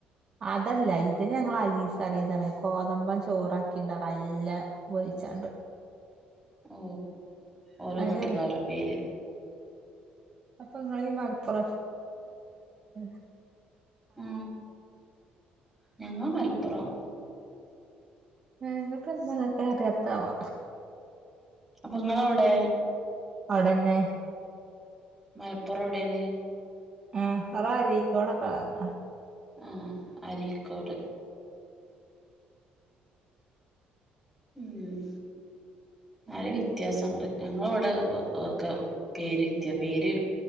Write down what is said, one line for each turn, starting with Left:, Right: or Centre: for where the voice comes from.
Right: അതല്ല ഇത് ഞങ്ങൾ അലീസാറിയതാണ് കോതമ്പം ചോറാക്കിട്ടത് നല്ല മൊരി ച്ചാണ്ട്
Centre: ഓ ഓരോ
Right: ആയിഞ്ഞെട്
Centre: നാട്ടുകാ ഓരോ പേര്
Right: അപ്പൊ നിങ്ങള് ഈ മലപ്പുറം <unintelligible>
Centre: ഉ ഞങ്ങ മലപ്പുറം
Right: ഇങ്ങോട്ട് എന്താക്കെ അറിയാത്താവാ
Centre: അപ്പൊ നിങ്ങളവിടെ
Right: അവിടന്നെ
Centre: മലപ്പുറം എവിടയാണ്
Right: ആഹ റരീക്കോടെ കാക
Centre: ആഹ അരിക്കോട് ഉം ആരും വ്യത്യാസണ്ട് ഞങ്ങള അവിടെ ഒട് ഒക്കെ പേര് വിത്തിയ പേര്